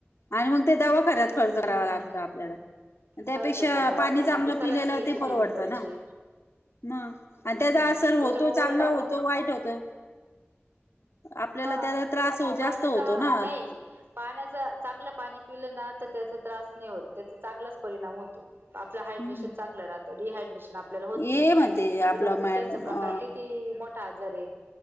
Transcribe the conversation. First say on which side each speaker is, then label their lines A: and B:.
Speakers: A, on the left; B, on the right.
A: आणि मग ते दवाखण्यात खर्च करावा
B: हम्म
A: लागतो आपल्याला. त्यापेक्षा
B: खर्च करावं लागतं
A: पाणी चांगलं
B: मग ते सलाईन
A: पिलेला
B: घ्यायचे
A: ते
B: केमिकलचे
A: परवडतं ना. म
B: हम्म
A: आणि त्याचा असर होतो
B: त्याच्यामुळे
A: चांगला
B: उलट आपण
A: होतो वाईट होतो. आपल्याला
B: हा
A: त्याचा त्रास हो जास्त
B: पाण्याचा
A: होतो ना
B: नाही. पाण्याच चांगलं पाणी पिलं ना तर त्याचा त्रास नाही होत त्याचा चांगलाच परिणाम होतो. आपलं हयड्रेशन
A: हम्म
B: चांगलं राहत डिहायड्रेशन आप आपल्याला होत
A: ये
B: नाही
A: म्हणते
B: जुलाब,
A: आपलं
B: उलट्यांचा
A: मॅम अ
B: प्रकार
A: हा
B: किती मोठा आजार आहे.